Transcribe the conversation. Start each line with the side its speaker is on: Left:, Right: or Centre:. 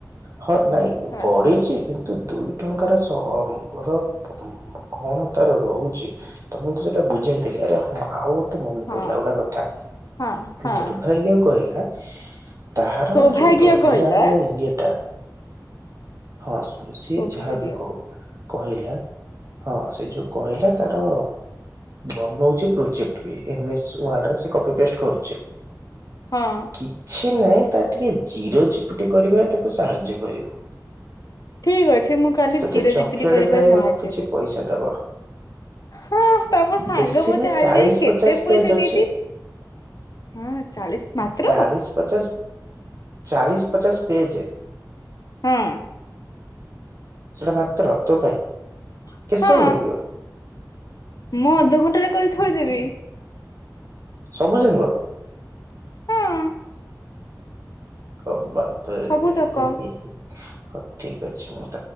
Right: ହଁ ନାଇଁ
Left: ଆଚ୍ଛା
Right: ବଢିଛି କିନ୍ତୁ ଦୁଇ ଟଙ୍କାର <unintelligible> ର <unintelligible> କଣ ତାର ରହୁଛି ତମକୁ ସେଇଟା ବୁଝାଇଥିଲି। ଆରେ ହଁ ଆଉ ଗେ ମନେ
Left: ହଁ
Right: ପଡିଲା ଗୋଟା କଥା।
Left: ହଁ ହଁ।
Right: ଦୁର୍ଭାଗ୍ୟ କହିଲା ତାହାର
Left: ସୌଭାଗ୍ୟ
Right: ଯୋଉ ରହିଲା
Left: କହିଲା
Right: ଆମର ଇଏ ଟା, ହଁ। ସିଏ
Left: ସୌଭାଗ୍ୟ
Right: ଯାହା ବି କହୁ। କହିଲା, ହଁ ସେ ଯଉ ତାର ବଉଛି ପ୍ରୋଜେକ୍ଟ ବି, ଏମେସ ୱାର୍ଡ ରେ ସେ କପି ପେଷ୍ଟ କରୁଛି।
Left: ହଁ।
Right: କିଛି ନାହିଁ ତା ଟିକେ ଜିରୋ ଚିପୁଟି କରିବ ତାକୁ ସାହାଯ୍ୟ କରିବ।
Left: ଠିକ ଅଛି ମୁଁ କାଲି
Right: ସେ ତତେ
Left: ଚିର
Right: ଚକୋଲେଟ
Left: ଜୀବିତ କରିବାରେ
Right: ଖାଇବାକୁ
Left: ସାହାଯ୍ୟ
Right: କିଛି
Left: କରିବି।
Right: ପଇସା ଦବ।
Left: ହଁ ତମ ସାଙ୍ଗ
Right: ବେଶୀ
Left: ମତେ
Right: ନାହିଁ
Left: ଆଜି
Right: ଚାଳିଶ
Left: ଯାଏଁ କେତେ
Right: ପଚାଶ
Left: ପଇସା
Right: ପେଜ ଅଛି
Left: ଦେଇଛି। ହଁ ଚାଳିଶ, ମାତ୍ର।
Right: ଚାଳିଶ ପଚାଶ, ଚାଳିଶ ପଚାଶ ପେଜ,
Left: ହଁ।
Right: ସେଟା ମାତ୍ର ତୋ ପାଇଁ,
Left: ହଁ
Right: କେତେ ସମୟ ଲାଗିବ?
Left: ମୁଁ ଅଧଘଣ୍ଟାରେ କରି ଥୋଇଦେବି।
Right: ସବୁ ଯାଙ୍କ?
Left: ହଁ।
Right: ହ ବାପ
Left: ସବୁ
Right: ଦେହି।
Left: ତକ
Right: ହଉ ଠିକ ଅଛି ମ।